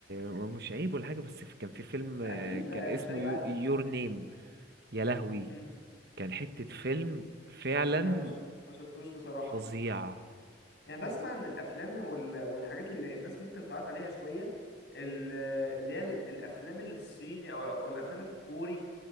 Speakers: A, on the right; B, on the left.
A: مش عيب ولا حاجه بس في- كان في فيلم
B: اكيد
A: آه، كان
B: لا يعني
A: اسمه
B: مش عيب عادي
A: يور نيم يا لهوي
B: مم.
A: كان حته فيلم فعلا
B: انا مش ما شفتوش بصراحه
A: فظيع
B: يعني بسمع ان الافلام وال... والحاجات اللي الناس ممكن تعيط عليها شويه ال- اللي هي ال- الافلام اللي الصيني او أو الافلام الكوري